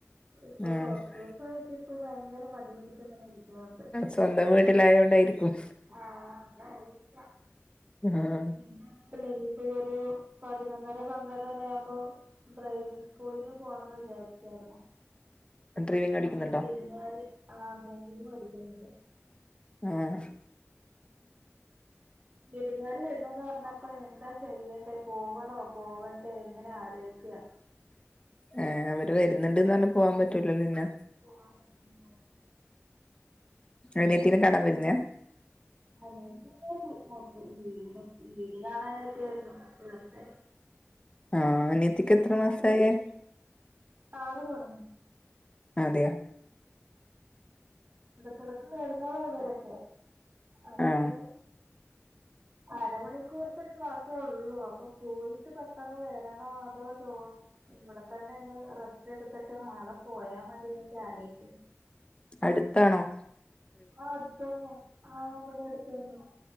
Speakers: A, on the right (about 40°); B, on the left (about 20°).
A: ഇപ്പൊ
B: ആഹ്
A: കൊറച്ച് ദിവസായിട്ട് ഇപ്പം ഭയങ്കര മടിപിടിത്ത് ഇങ്ങനെ ഇരിക്കാറുണ്ട്
B: സ്വന്തം വീട്ടിലായതുകൊണ്ടായിരിക്കും
A: ആ അതായിരിക്കാം
B: ആഹ്
A: പിന്നെ അല്ല ഇനിയിപ്പോരു പതിനൊന്നര പന്ത്രണ്ടരയാവുമ്പോ ഡ്രൈവിംഗ് സ്കൂളില് പോണന്ന് വിജാര്ചേര്ന്നു
B: ഡ്രൈവിംഗ് പഠിക്കുന്നുണ്ടോ
A: അപ്പരു വിരുന്നാര് ആഹ് ഡ്രൈവിംഗ് പഠിക്കാര്ന്നു
B: ആഹ്
A: ഉം. വിര്ന്ന്യാര് വരുന്നന്നു പറഞ്ഞപ്പ എന്താ ചെയ്യണ്ടേ പോവണോ പോവണ്ടേ ഇങ്ങനെ ആലോയ് ക്യാ
B: ഏ അവര് വര്ന്ന്ണ്ട്ന്ന് വർഞ്ഞ പോവാം പറ്റൂലല്ലോ ന്നെ
A: പുവാം പറ്റ്ല്യ
B: അനിയത്തിനേ കാണാൻ വരുന്ന്യാ
A: അനി മൊത്തം വീട് വീട് കാണാനായിട്ട് വരുന്നതാ വെർതെ
B: ആഹ് അനിയത്തിക്ക്
A: ന്റെ
B: എത്ര
A: മ്മാന്റെ
B: മാസായേ
A: വീട്ട്ല് കാറ് കേടന്നു
B: അതെയ
A: ഇക്കിടക്ക് വരുന്നരാ ഭരക്കെ അപ്പൊ
B: ആഹ്
A: അരമണിക്കൂർത്തൊരു ക്ലാസ്സോള്ളൂ അപ്പൊ പോയിട്ട് പെട്ടെന്ന് വരണോ അതോ തോ ഇവടതന്നെന്ന് റെസ്റ്റ് എട്ത്ത്ട്ട് നാളെ പോയാമത്യേ ജാലോയ്ക്ക
B: അട്ത്താണോ
A: ആഹ് അട്ത്തന്നെ ആഹ് ബ്ടെ അട്ത്ത ന്നെ